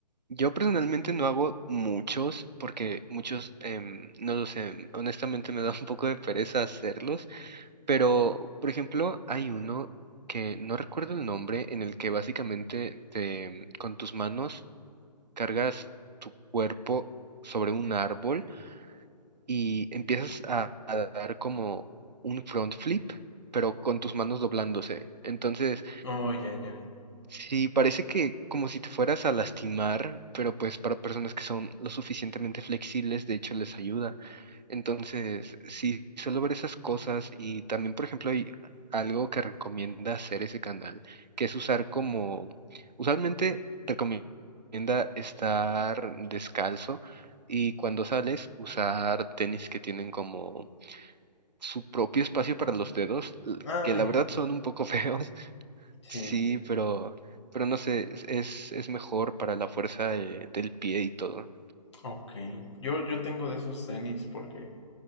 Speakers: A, on the right (about 80°); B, on the left (about 40°).
A: yo personalmente no hago muchos, porque muchos, em, no lo sé, honestamente me da un poco de pereza hacerlos, pero, por ejemplo, hay uno que no recuerdo el nombre, en el que básicamente te, con tus manos cargas tu cuerpo sobre un árbol y empiezas a, a dar como un front flip, pero con tus manos doblándose. Entonces,
B: Oh, ya, ya.
A: Sí, parece que como si te fueras a lastimar, pero pues para personas que son lo suficientemente flexibles, de hecho les ayuda. Entonces, sí, suelo ver esas cosas y también, por ejemplo, hay algo que recomienda hacer ese canal, que es usar como, usualmente recomienda estar descalzo y cuando sales usar tenis que tienen como su propio espacio para los dedos, l-
B: Ah,
A: que la
B: ya,
A: verdad
B: ya.
A: son un poco <laughs> feos
B: sí,
A: Sí, pero, pero no sé, es, es es mejor para la fuerza de- del pie y todo.
B: Ok. Yo, yo tengo de esos tenis porque